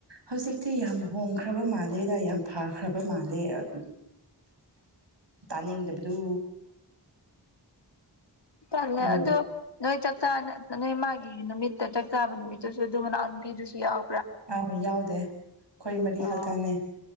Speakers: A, on the right; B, on the left.
A: ꯍꯧꯖꯤꯛꯇꯤ ꯌꯥꯝ ꯍꯣꯡꯈ꯭ꯔꯕ ꯃꯥꯜꯂꯦꯗ ꯌꯥꯝ ꯐꯈ꯭ꯔꯕ ꯃꯥꯜꯂꯦ ꯑꯗꯨ ꯇꯥꯅꯤꯡꯗꯕꯗꯨ
B: ꯇꯂꯦ
A: ꯑꯗꯨꯒ
B: ꯑꯗꯨ ꯅꯣꯏ ꯆꯥꯛ ꯆꯥ ꯅ ꯅꯅꯦ ꯃꯥꯒꯤ ꯅꯨꯃꯤꯠꯇ ꯆꯥꯛ ꯆꯥꯕ ꯅꯨꯃꯤꯠꯇꯁꯨ ꯑꯗꯨ ꯃꯅꯥꯎ ꯅꯨꯄꯤꯗꯨꯁꯨ ꯌꯥꯎ
A: ꯑꯥ ꯌꯥꯎꯗꯦ ꯈꯣꯏ ꯃꯔꯤ
B: ꯑꯥ
A: ꯈꯛꯇꯪꯅꯦ